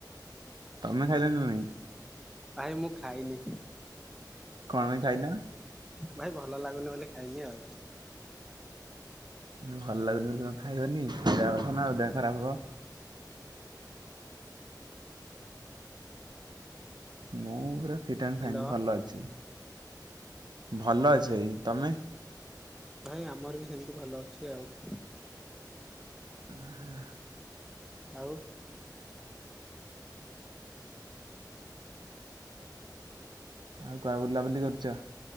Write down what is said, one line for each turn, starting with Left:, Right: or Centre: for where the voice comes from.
Right: ତମେ ଖାଇଲଣି ନା ନାଇଁ?
Centre: ଭାଇ ମୁଁ ଖାଇନି।
Right: କଣ ପାଇଁ ଖାଇନ?
Centre: ଭାଇ ଭଲ ଲାଗୁନି ବୋଲି ଖାଇନି ଆଉ।
Right: ଭଲ୍ ଲାଗୁନି ବୋଲି କଣ ଖାଇବନି, ଖାଇବା କଥା ନା ଆଉ ଦେହ ଖରାପ୍ ହବ। ମୁଁ ପୁରା ଫିଟ ଆନ୍ ଫାଇନ୍
Centre: ହ୍ୟାଲୋ।
Right: ଭଲ ଅଛି, ଭଲ ଅଛି ଭାଇ ତମେ?
Centre: ଭାଇ ଆମର ବି ସେମ୍ତି ଭଲ ଅଛି ଆଉ।
Right: ଓହୋ।
Centre: ଆଉ
Right: ଆଉ କୁଆଡେ ବୁଲାବୁଲି କରୁଚ?